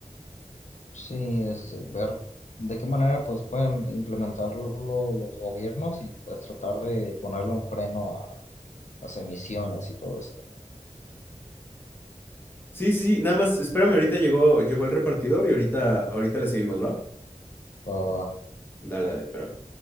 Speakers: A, on the left; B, on the left.
A: Sí, este, ver de qué manera pues pueden implementarlo los gobiernos y pues tratar de ponerle un freno a las emisiones y todo esto.
B: Sí, sí, sí, nada más, espérame, ahorita llegó, llegó el repartidor y ahorita, ahorita le seguimos, ¿va?
A: Ah,
B: Dale, dale, espera.